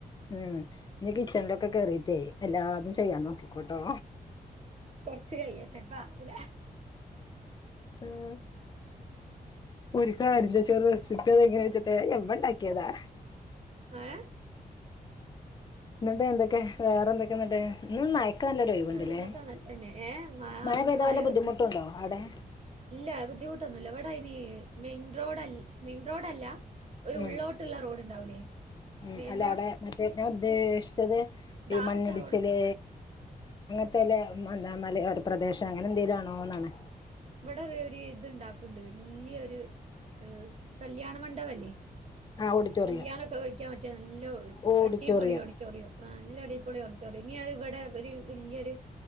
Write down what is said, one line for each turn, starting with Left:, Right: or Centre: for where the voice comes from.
Left: ഉം, ഇനി കിച്ചണിലൊക്കെ കേറിട്ടേ എല്ലാതും ചെയ്യാൻ നോക്കിക്കോട്ടോ.
Right: കൊറച്ച് കയ്യട്ടെ, ഇപ്പം ആവൂല
Left: ഉം ഒരു കാര്യല്ല ഒരു റസ്പ്പി എങ്ങനെ ചോയ്ച്ചിട്ടെ ഇമ്മ ഉണ്ടാക്കിയതാ.
Right: ഏഹ്
Left: ഇന്നിട്ട് എന്തൊക്കെ വേറെ എന്തൊക്കെങ്ങട്ട്? ഇന്ന് ഒക്കെ നല്ലൊരൊഴിവുണ്ടല്ലേ?
Right: വേറെന്തൊക്കെ നല്ലന്നെ ഏ
Left: മഴ
Right: അന്ന്
Left: പെയ്താ വല്ല ബുദ്ധിമുട്ടുണ്ടോ
Right: ഉണ്ട്
Left: അവിടെ?
Right: ഇല്ല ബുദ്ധിമുട്ടൊന്നുല്ല ഇവിടെ അയിന് മെയിൻ റോഡ മെയിൻ റോഡല്ല. ഒരു
Left: ഉം
Right: ഉള്ളോട്ടുള്ള റോഡ് ഉണ്ടാവുലേ
Left: ഉം,
Right: മെയിൻ
Left: അല്ല അവിടെ മറ്റേ ഞാൻ ഉദ്ദേശിച്ചത്
Right: ടാറിട്ട
Left: ഈ മണ്ണിടിച്ചല്.
Right: റോഡ്
Left: അങ്ങനത്തെല്ല എന്താ മലയോര പ്രദേശം അങ്ങനെ എന്തേലും ആണോ എന്നാണ്
Right: ഇവിടെ ഒരു ഇത്ണ്ടാക്കണ്ട് വലിയൊരു ഏഹ് കല്യാണ മണ്ഡപല്ല്യെ
Left: ആ ഓഡിറ്റോറിയം
Right: കല്യാണക്കെ കഴിക്കാൻ പറ്റിയ നല്ല ഓ
Left: ഓഡിറ്റോറിയം
Right: അടിപൊളി ഓഡിറ്റോറിയം! ആ, നല്ല അടിപൊളി ഓഡിറ്റോറിയം. ഇനി അത് വടെ വര് വല്യൊരു...